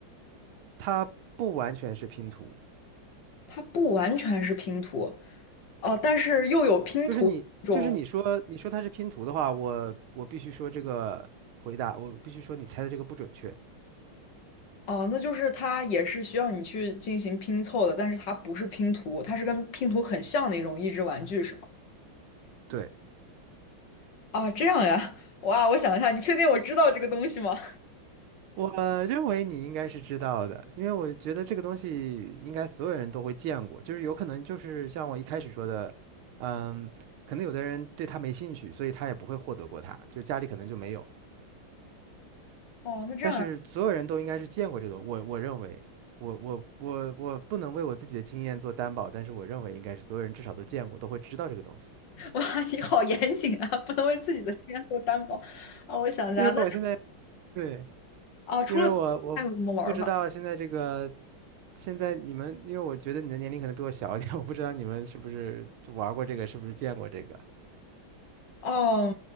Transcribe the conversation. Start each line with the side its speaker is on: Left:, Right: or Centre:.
Right: 它不完全是拼图，
Left: 它不完全是拼图，哦、但是又有拼图这种，
Right: 就是你就是你说你说它是拼图的话，我我必须说这个回答，我必须说你猜的这个不准确。
Left: 哦、那就是它也是需要你去进行拼凑的，但是它不是拼图，它是跟拼图很像的一种益智玩具，是吗？
Right: 对，
Left: 啊，这样呀，哇，我想一下，你确定我知道这个东西吗？
Right: 我认为你应该是知道的，因为我觉得这个东西应该所有人都会见过，就是有可能就是像我一开始说的，嗯，可能有的人对它没兴趣，所以他也不会获得过它，就家里可能就没有。
Left: 哦，那这样呀，
Right: 但是所有人都应该是见过这个我我认为，我我我我不能为我自己的经验做担保，但是我认为应该是所有人至少都见过，都会知道这个东西。
Left: 哇，<laughs> 你好严谨啊，不能为自己的经验做担保啊。我想一下，
Right: 因为我现在
Left: 那
Right: 对，
Left: 啊，除了还有什么玩儿法？
Right: 因为我我不知道现在这个，现在你们，因为我觉得你的年龄可能比我小一点，我不知道你们是不是玩过这个，是不是见过这个。
Left: 哦，